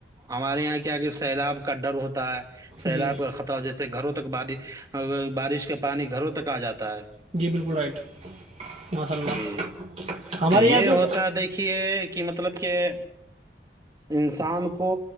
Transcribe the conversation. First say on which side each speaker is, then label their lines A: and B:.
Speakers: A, on the right (about 20°); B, on the right (about 35°).
A: ہمارے یہاں کیا کہ سیلاب کا ڈر ہوتا ہے سیلاب
B: جی
A: کا خطر ہو جیسے گھروں تو تک بش بارش کا پانی گھروں تک آ جاتا ہے
B: جی بالکل رائٹ ماشاء اللہ
A: جی
B: ہمارے
A: تو یہ
B: یہاں بھی
A: ہوتا دیکھیے کہ مطلب کہ انسان کو